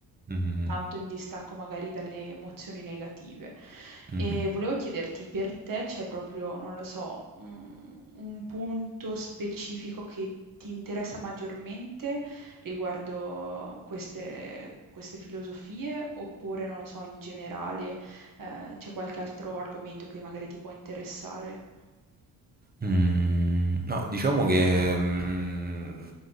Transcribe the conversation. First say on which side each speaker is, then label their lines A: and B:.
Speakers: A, on the right; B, on the right.
A: Mhm,
B: tanto il distacco magari dalle emozioni negative.
A: mhm.
B: E volevo chiederti, per te c'è proprio, non lo so, un un punto specifico che ti interessa maggiormente riguardo queste, queste filosofie, oppure, non lo so, in generale, eh, c'è qualche altro argomento che magari ti può interessare?
A: Mm, no, diciamo che mm,